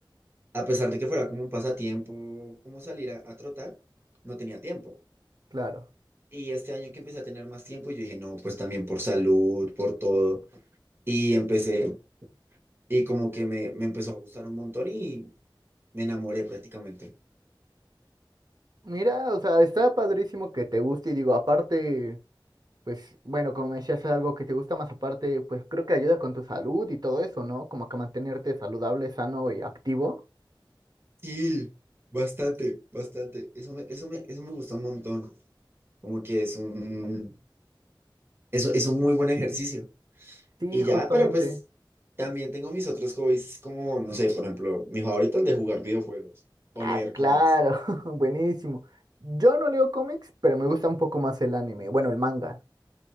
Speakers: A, on the right (about 30°); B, on the right (about 55°).
A: a pesar de que fuera como un pasatiempo, como salir a, a trotar, no tenía tiempo.
B: Claro.
A: Y este año que empecé a tener más tiempo, yo dije, no, pues también por salud, por todo. Y empecé, y como que me, me empezó a gustar un montón y me enamoré prácticamente.
B: Mira, o sea, está padrísimo que te guste y digo, aparte. Pues bueno, como me decías, es algo que te gusta más aparte, pues creo que ayuda con tu salud y todo eso, ¿no? Como que mantenerte saludable, sano y activo.
A: Sí, bastante, bastante. Eso me, eso me, eso me gustó un montón. Como que es un, eso, es un muy buen ejercicio.
B: Sí,
A: Y ya,
B: justamente.
A: pero pues también tengo mis otros hobbies, como, no sé, por ejemplo, mi favorito el de jugar videojuegos o
B: Ah,
A: leer cómics.
B: claro, <laughs> buenísimo. Yo no leo cómics, pero me gusta un poco más el anime, bueno, el manga.